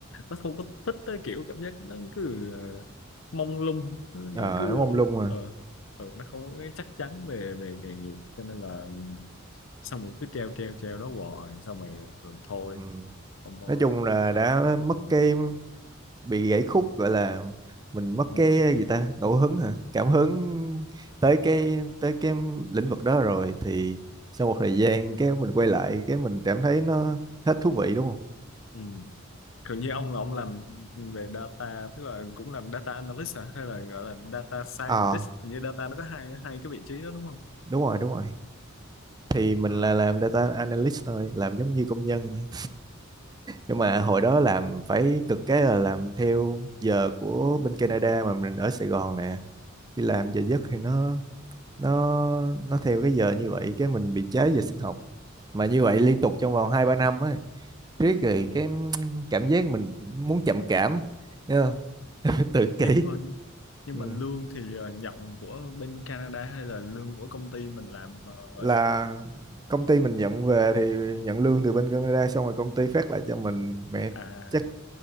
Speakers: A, on the left (about 70°); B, on the right (about 20°).
A: nó không có thích tới kiểu cảm giác nó cứ ờ, mông lung nó nó
B: ờ, nó
A: cứ
B: mông lung à
A: ờ ờ, nó không có cái chắc chắn về về nghề nghiệp cho nên là xong rồi cứ treo treo treo đó hoài xong rồi rồi thôi
B: ừ.
A: không có
B: nói chung là đã mất
A: ừ.
B: cái bị gãy khúc gọi là mình mất
A: Ừ.
B: cái gì ta ngẫu hứng hả cảm hứng tới cái tới cái lĩnh vực đó rồi thì sau một thời gian cái mình quay lại cái mình cảm thấy nó hết thú vị đúng không
A: Ừ. Còn như ông là ông làm về data tức là cũng làm data analyst hả? hay là gọi là data scientist
B: ờ
A: Hình như data nó có hai hai cái vị trí đó đúng không?
B: đúng rồi đúng rồi thì mình
A: À.
B: là làm data analyst thôi làm giống như công nhân vậy. nhưng mà hồi đó
A: Ừ.
B: làm phải cực cái là làm theo giờ của bên Canada mà mình ở Sài Gòn nè đi làm giờ giấc
A: Ừ.
B: thì nó nó nó theo cái giờ như vậy cái mình bị cháy về sinh học mà như vậy liên tục trong vòng hai ba năm ấy riết rồi
A: Ừ.
B: cái cảm giác mình muốn trầm cảm nhớ nhá, <laughs> tự kỷ
A: Nhưng mà nhưng
B: ừ.
A: mà lương thì ờ, nhận của bên Canada hay là lương của công ty mình làm ờ,
B: là
A: ở đây?
B: công ty mình nhận về thì nhận lương từ bên Canada xong rồi công ty phát lại cho mình mẹ
A: À
B: chắc